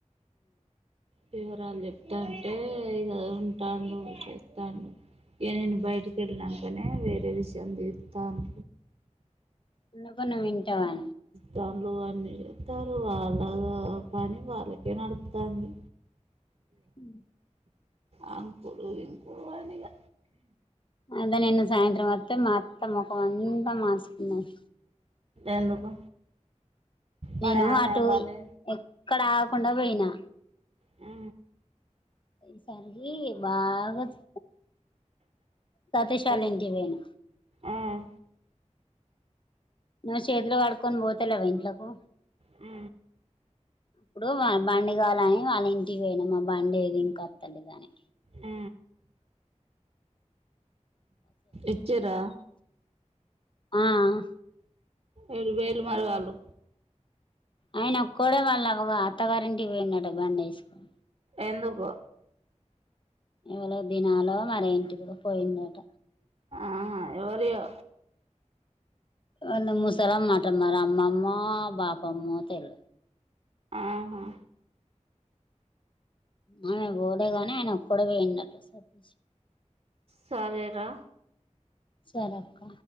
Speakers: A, on the right; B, on the left.
A: వివరాలు చెప్తాంటే ఇక ఉంటాడు చేస్తాడు ఇక నేను బయటికి వెళ్ళినాకనే వేరే విషయం తీస్తాను
B: అన్నకుణ వింటావాని
A: దాంట్లో అన్నీ చెస్తారు వాళ్ళ పని వాళ్ళకే నడుతంది
B: హ
A: అ కుడు ఇం కుడువానిగా
B: అంట నిన్న సాయంత్రం వత్త మ తమ అంత మార్చుకుందను
A: ఎందుకు మరి
B: నేను
A: ఆమె
B: అటు
A: వాళ్ళు
B: ఎక్కడ ఆకుండా పోయినా
A: ఆ
B: అ సర బాగా చె తతషాలంటికి
A: ఎటు
B: పోయిన
A: ఉమ్,
B: నువ్ చేతిలో వాడుకొ పోతేలవై లాకు
A: ఆ
B: అప్పుడు బండి కాలని వాళ్ళ ఇంటికి పోయినాం ఆ బండి ఏది ఇంక స్తలేదని
A: ఆ ఇచ్చిర్రా
B: వ
A: ఏడు వేలు మరవాళ్ళు
B: ఆయన ఒక్కడ వాళ్ళు అ అత్తగారింటి పోయినడు బం వేసుకని
A: ఎందుకు
B: ఎవళ దినాలో మరేంటిది పోయిందట
A: ఆహా ఎవరిో
B: అ మూసెల మాట మార అమ్మామ్మ పాప అమ్మ తెలి
A: ఆహా
B: ఆమె పోదేగాని ఆయన ఒక్కడ పోయినట్టు సతీ
A: సరరా
B: చాలక్క